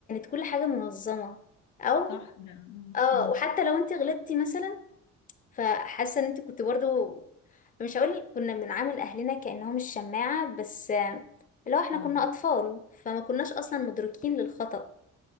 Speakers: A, on the left (about 25°); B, on the left (about 75°).
A: كل حاجة منظمة او
B: صح ده امم
A: اه وحتى لو انت غلطتي مثلا فحاسة ان انت كنت برضو مش هقول كنا بنعامل اهلنا كأنهم الشماعة بس آه، لو احنا
B: اه
A: كنا اطفال فما كناش اصلا مدركين للخطأ